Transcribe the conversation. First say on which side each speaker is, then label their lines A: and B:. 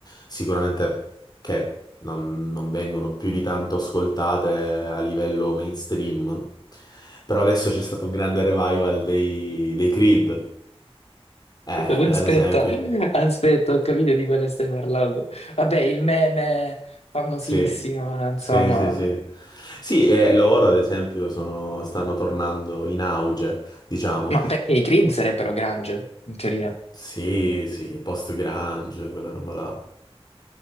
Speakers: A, on the left; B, on the left.
A: sicuramente che non, non vengono più di tanto ascoltate a livello mainstream, però adesso c'è stato un grande revival dei, dei Creed, eh,
B: <laughs> Aspetta,
A: ad esempio.
B: aspetta, ho capito di quale stai parlando. Vabbè, il meme famosissimo,
A: Sì,
B: insomma.
A: sì, sì, sì. Sì, eh, loro ad esempio sono- stanno tornando in auge, diciamo.
B: Ma perché i Creed sarebbero grunge, in teoria?
A: Sì, sì, post-grunge, quella roba là.